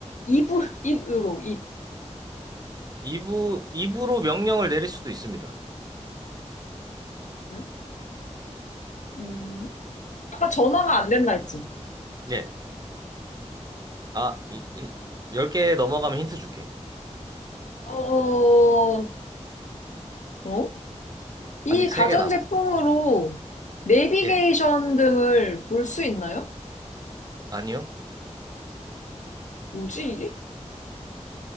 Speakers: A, on the left (about 80°); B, on the right (about 30°).
A: 입을, <laughs> 입으로, 입.
B: 2부, 2부로 명령을 내릴 수도 있습니다.
A: 응? 음, 아까 전화가 안 된다 했지?
B: 예. 아, 이, 이, 10개 넘어가면 힌트 줄게.
A: 어, 어? 어? 이
B: 아직 3개
A: 가전제품으로
B: 남았어.
A: 내비게이션
B: 예.
A: 등을 볼 수 있나요?
B: 아니요?
A: 뭐지, 이게?